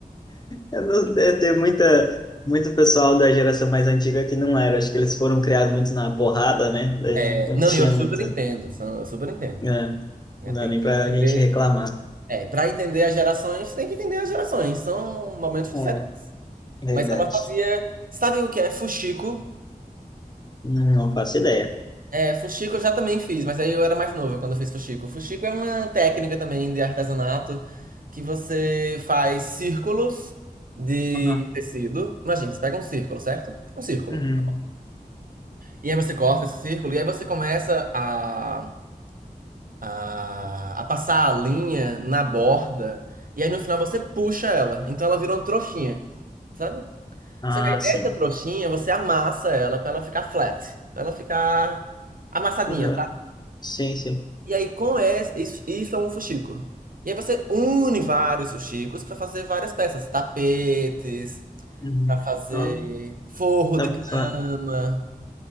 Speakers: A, on the left (about 30°); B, on the right (about 65°).
A: Eu não- é, Tem muita, muito pessoal da geração mais antiga que não era. Acho que eles foram criados muito na porrada, né? Daí
B: É,
A: não, não
B: não,
A: tinha
B: e eu super
A: muita.
B: entendo, são- eu super entendo.
A: né?
B: né?
A: Não
B: Tem
A: dá nem
B: que
A: pra
B: entender.
A: gente reclamar.
B: É, para entender as gerações, tem que entender as gerações, são momentos
A: É,
B: diferentes.
A: verdade.
B: Mas ela fazia, sabe o que é fuxico?
A: Não, não faço ideia.
B: É, fuxico eu já também fiz, mas aí eu era mais nova quando eu fiz fuxico. Fuxico é uma técnica também de artesanato que você faz círculos de
A: Uhum.
B: tecido. Imagina, você pega um círculo, certo? Um círculo.
A: Uhum.
B: E aí você corta esse círculo e aí você começa a, a, a passar a linha na borda e aí no final você puxa ela. Então ela virou uma trouxinha. Sabe?
A: Ah,
B: Você que aí
A: sim.
B: essa trouxinha, você amassa ela pra ela ficar flat, pra ela ficar amassadinha,
A: Uhum.
B: tá?
A: Sim, sim.
B: E aí com essa, isso, isso é um fuxico. E aí você une vários fuxicos pra fazer várias peças, tapetes,
A: Uhum.
B: pra fazer
A: Então,
B: forro
A: dá
B: de cama,
A: pra... fa-